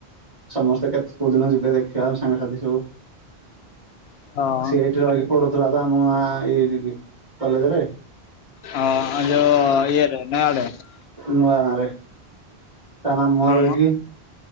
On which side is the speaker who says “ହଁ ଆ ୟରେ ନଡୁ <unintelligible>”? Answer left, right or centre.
Left